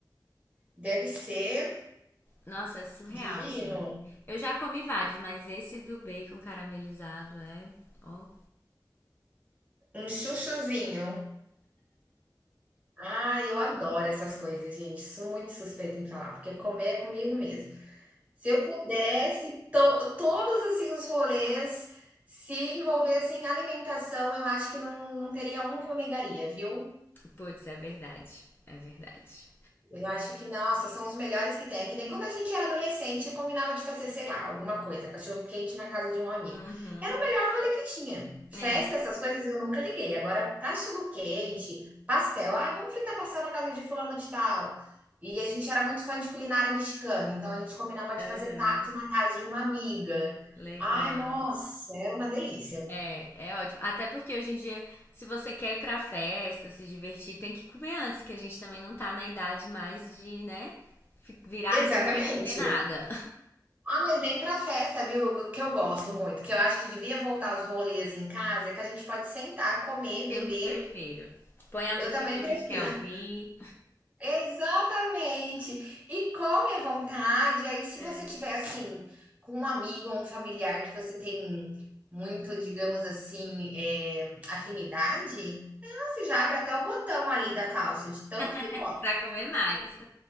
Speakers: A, on the right; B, on the left.
A: deve ser
B: Nossa, é surreal,
A: divino.
B: assim. Eu já comi vários, mas esse do bacon caramelizado é. Ó.
A: Um chuchuzinho. Ah, eu adoro essas coisas, gente. Sou muito suspeita em falar, porque comer é comigo mesmo. Se eu pudesse, to- todos assim os rolês se envolvessem em alimentação, eu acho que não, não teria um que eu negaria, viu?
B: Putz, é verdade. É verdade.
A: Eu acho que, nossa, são os melhores que tem. É que nem quando a gente era adolescente, combinava de fazer, sei lá, alguma coisa, cachorro quente na casa de um amigo.
B: Uhum.
A: Era o melhor rolê que tinha. Festa,
B: É.
A: essas coisas eu nunca liguei. Agora, cachorro quente, pastel. Ah, vamos fritar pastel na casa de fulano de tal. E a gente era muito fã de culinária mexicana, então a gente combinava de
B: Aham.
A: fazer tacos na casa de uma amiga.
B: Legal.
A: Ai, nossa, era uma delícia.
B: É, é ótimo. Até porque hoje em dia, se você quer ir pra festa, se divertir, tem que comer antes, que a gente também não tá na idade mais de, né, fi- virar
A: Exatamente.
B: a noite sem comer nada.
A: Ah, mas nem pra festa, viu? O Que eu gosto muito, que eu acho que devia voltar os rolês em casa, é que a gente pode sentar, comer, beber.
B: Eu prefiro. Põe a
A: Eu
B: música
A: também
B: que a
A: prefiro.
B: gente quer ouvir
A: <laughs> Exatamente. E come à vontade. Aí, se
B: É.
A: você tiver assim, com um amigo ou um familiar que você tem muito, digamos assim, é, afinidade, ah, você já abre até o botão ali da calça, de tanto que
B: <laughs>
A: come.
B: pra comer mais.